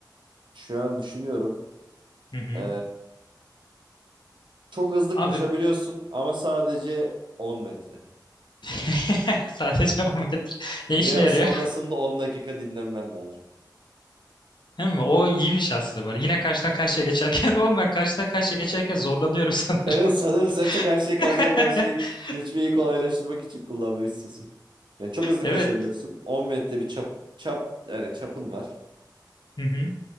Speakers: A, on the right; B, on the left.
A: Şu an düşünüyorum.
B: Hı hı.
A: E, Çok hızlı
B: Abi
A: koşabiliyorsun ama sadece 10 metre.
B: <laughs> sadece o metre. Ne
A: Ve
B: işine yarıyor?
A: sonrasında 10 dakika dinlenmen lazım.
B: Değil mi? O iyiymiş aslında var. Yine karşıdan karşıya geçerken <laughs> o ben karşıdan karşıya geçerken zorlanıyorum sanırım.
A: Evet sanırım sen çok her şeyi karşıdan
B: <laughs>
A: karşıya geçmeyi kolaylaştırmak için kullanmayı istiyorsun. Yani çok hızlı
B: Evet.
A: koşabiliyorsun. 10 metre bir çap, çap yani çapın var.
B: Hı hı.